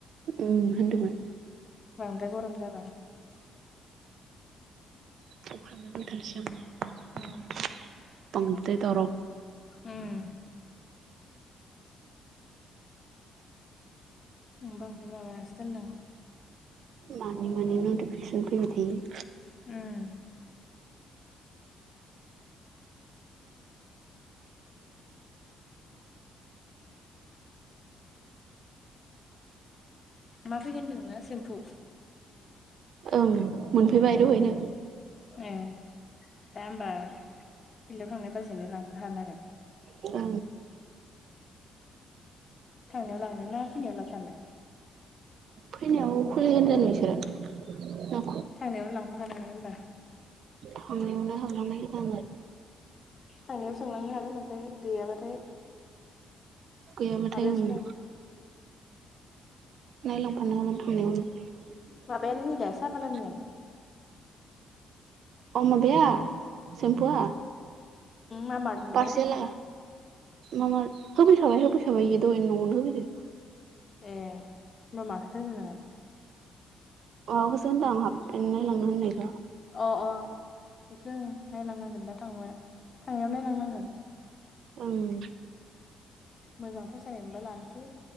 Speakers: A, on the right (about 70°); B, on the left (about 40°).
A: उम होनदोंमोन।
B: बांद्राय गरम जाबा।
A: <unintelligible>
B: उम उम आं बा ओंखायनो माबानासो दोनदों।
A: मानि मानि नथिफिखेसन फैबाय थारो।
B: उम मा फैगोन होनदोंनों सेम्फु?
A: ओं मोनफैबाय दहायनो।
B: ए दा होमबा फिल्डआव थांनाय बाजैनो लांफेरनो हानांगोन।
A: औ
B: थांनायाव लांनो ना फैनायाव ला फानो?
A: फैनायाव खुलिगोन जों नोंसोरो?
B: थांनायावनो लांफाखानांगोन होमबा।
A: थांनायावनो हाबानांगोन।
B: थांनायाव सोंलांनो हागोन ओमफ्राय गैयाबाथाय
A: गैयाबाथाय
B: माबायावसो
A: ओं। नायलां फानो हागोन थांनायावनो।
B: माबायानो होयो दा साबानानियानो
A: अम माबाया? सेम्फुआ
B: मामार्टनिबा
A: पार्सेेलआ मामा? होफै खाबाय होफै खाबाय बेयो दहाय नआवनो होफैदों।
B: ए होमबा मा खोथो होनदों नों?
A: माबाखौसो होनदों आं हाबफेन नायलांनो होननायखौ।
B: अ अ बेखौ नायलांनांगोन दा थां थांनायाव नायलांनांगोन।
A: ओं
B: मोजां फसायनाय मोनबा लानोसै।